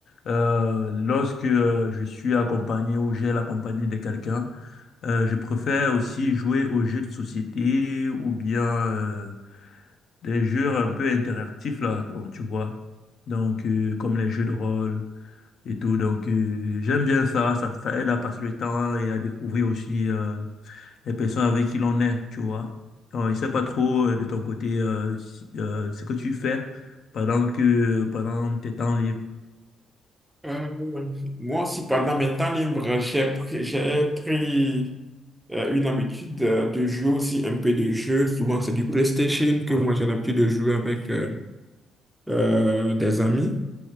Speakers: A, on the left; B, in the centre.
A: Euh, lorsque euh, je suis accompagné ou j'ai la compagnie de quelqu'un, euh, je préfère aussi jouer aux jeux de société ou bien euh, des jeux un peu interactifs là, donc tu vois. Donc euh, comme les jeux de rôle et tout. Donc euh, j'aime bien ça, ça, ça aide à passer le temps et à découvrir aussi euh, les personnes avec qui l'on est, tu vois. Donc, je sais pas trop euh, de ton côté euh, si- euh, ce que tu fais pendant que pendant tes temps libres.
B: Euh, moi aussi, pendant mes temps libres, j'ai pris, j'ai pris euh, une habitude euh, de jouer aussi un peu de jeux. Souvent, c'est du PlayStation que moi j'ai l'habitude de jouer avec euh, euh, des amis.